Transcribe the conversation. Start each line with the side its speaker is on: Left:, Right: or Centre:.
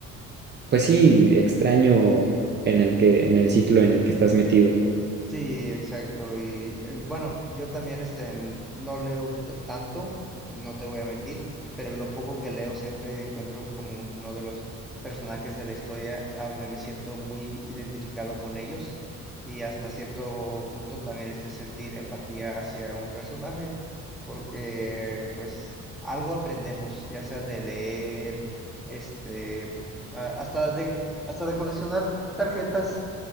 Right: pues sí, extraño en el que, en el ciclo en el que estás metido.
Centre: Sí, exacto. Y eh, bueno, yo también este, en- no leo t- tanto, eh, no te voy a mentir, pero lo poco que leo siempre encuentro como uno de los personajes de la historia a donde me siento muy identificado con ellos y hasta cierto punto también este sentir empatía hacia un personaje, porque pues algo aprendemos, ya sea de leer, este, a- hasta de, hasta de coleccionar tarjetas